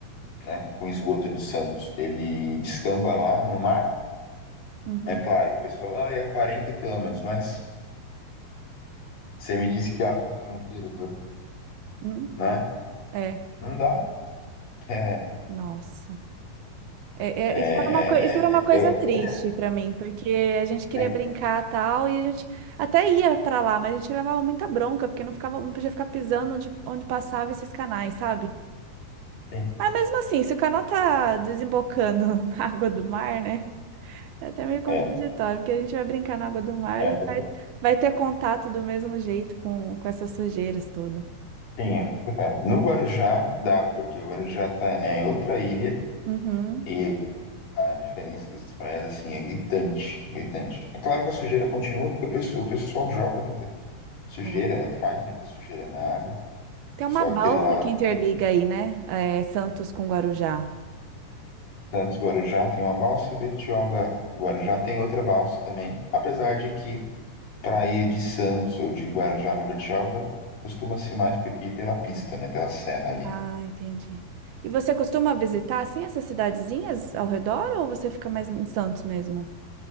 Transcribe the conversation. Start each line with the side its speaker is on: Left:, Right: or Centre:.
Left: né, com esgoto de Santos, ele descamba lá no mar.
Right: Uhum,
Left: É claro, o pessoal, ah, é 40 quilômetros, mas você me disse que a água tem fronteira, agora,
Right: uhum.
Left: né?
Right: É,
Left: Não dá. É,
Right: nossa. É,
Left: É, é,
Right: é, isso era uma coisa, isso era
Left: é,
Right: uma coisa
Left: eu-
Right: triste pra mim, porque a gente queria
Left: sim,
Right: brincar tal, e a gente até ia pra lá, mas a gente levava muita bronca, porque não ficava, não podia ficar pisando onde, onde passava esses canais, sabe?
Left: sim,
Right: Mas mesmo assim, se o canal tá desembocando <laughs> na água do mar, né? É até meio contraditório,
Left: é,
Right: porque a gente vai brincar na água do mar
Left: é,
Right: e
Left: contra-
Right: vai, vai ter contato do mesmo jeito com, com essas sujeiras tudo.
Left: sim, é complicado. No Guarujá dá, porque o Guarujá tá, é em outra ilha
Right: Uhum,
Left: e a diferença das praias, assim, é gritante, gritante. É claro que a sujeira continua porque o pessoal, o pessoal joga muita sujeira,
Right: é.
Left: né? Faz muita sujeira na água,
Right: Tem
Left: só
Right: uma balsa
Left: que lá
Right: que
Left: não
Right: interliga
Left: tem
Right: aí, né? É, Santos com Guarujá.
Left: tantos Guarujá, tem uma balsa e Betioga, Guarujá tem outra balsa também, apesar de que para ir de Santos ou de Guarujá para Betioga costuma-se mais pe- ir pela pista, né? Pela serra ali.
Right: Ah, entendi. E você costuma visitar, assim, essas cidadezinhas ao redor ou você fica mais em Santos mesmo?